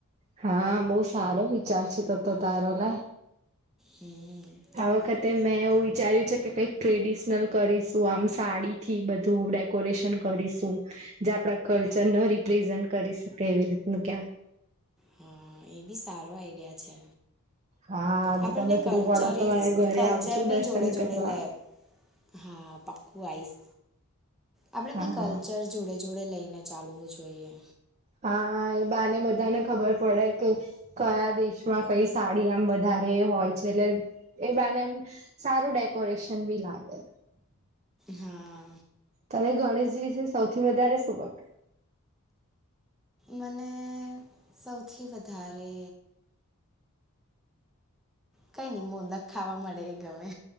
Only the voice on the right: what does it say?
હા બહુ સારો વિચાર છે તોતો તારો લે.
આ વખતે મેં એવું વિચાર્યું છે કે કઈક ટ્રેડિશનલ કરીશું આમ સાડી થી બધું ડેકોરેશન કરીશું. જે આપડા કલ્ચર ને રિપ્રેઝન્ટ કરી શકે એવી રીતનું ક્યાંક
હા
તો તમે ફ્રી
પડો તો મારા ઘરે
આવજો
દર્શન
કરવા
હા
હા એ બાને બધાને ખબર પડે કે કયા દેશમાં કઈ સાડી આમ વધારે હોય છે એટલે એ બાને એમ સારું ડેકોરેશન બી લાગે.
તમે ગણેશજી વિશે સૌથી વધારે શું કરો.